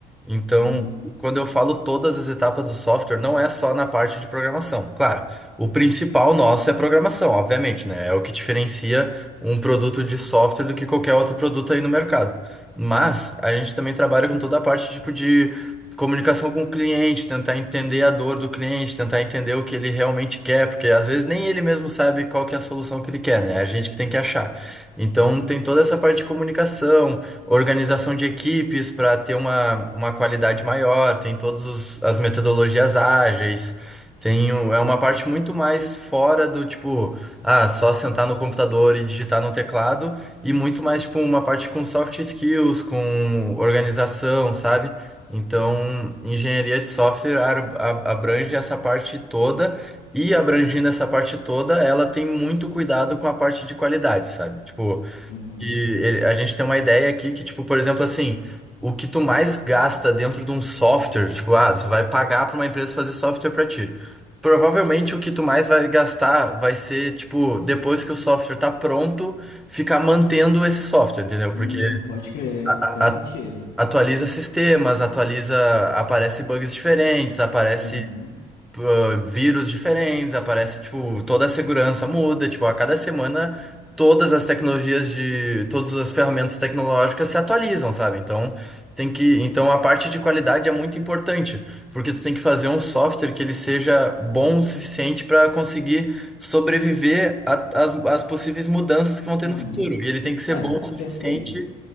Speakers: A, in the centre; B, on the left.
A: Então,
B: uhum,
A: quando eu falo todas as etapas do software, não é só na parte de programação. Claro, o principal nosso é a programação, obviamente, né? É o que diferencia um produto de software do que qualquer outro produto aí no mercado. Mas a gente também trabalha com toda a parte tipo de Comunicação com o cliente, tentar entender a dor do cliente, tentar entender o que ele realmente quer, porque às vezes nem ele mesmo sabe qual que é a solução que ele quer, né? É a gente que tem que achar. Então tem toda essa parte de comunicação, organização de equipes para ter uma, uma qualidade maior, tem todas as metodologias ágeis, tem, o- é uma parte muito mais fora do tipo, ah, só sentar no computador e digitar no teclado, e muito mais tipo uma parte com soft skills, com organização, sabe? Então, engenharia de software ar- a- abrange essa parte toda e abrangindo essa parte toda, ela tem muito cuidado com a parte de qualidade, sabe? Tipo,
B: uhum.
A: que ele- a gente tem uma ideia aqui que, tipo, por exemplo, assim, o que tu mais gasta dentro de um software, tipo, ah, tu vai pagar para uma empresa fazer software para ti. Provavelmente o que tu mais vai gastar vai ser, tipo, depois que o software tá pronto, ficar mantendo esse software, entendeu?
B: Hum,
A: Porque
B: pode crer,
A: a,
B: faz
A: a
B: sentido.
A: Atualiza sistemas, atualiza, aparece bugs diferentes, aparece
B: Uhum,
A: ah, vírus diferentes, aparece, tipo, toda a segurança muda, tipo, a cada semana todas as tecnologias de, todas as ferramentas tecnológicas se atualizam, sabe? Então, tem que, então a parte de qualidade é muito importante, porque tu tem que fazer um software que ele seja bom o suficiente para conseguir sobreviver a- às às possíveis mudanças que vão ter
B: uhum.
A: no futuro. E ele tem que ser
B: É,
A: bom
B: porque
A: o suficiente
B: assim,